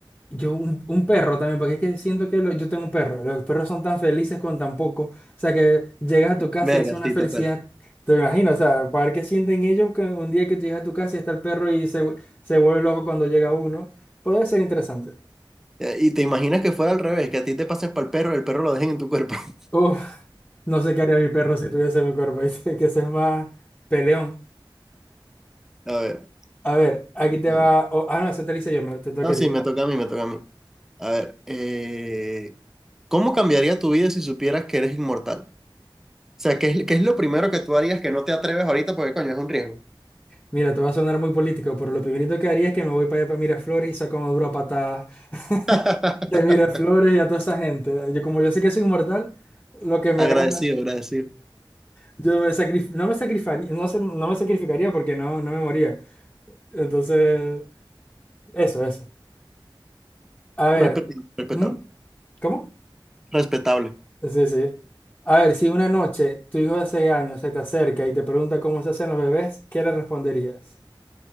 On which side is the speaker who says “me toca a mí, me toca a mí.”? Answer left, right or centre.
Centre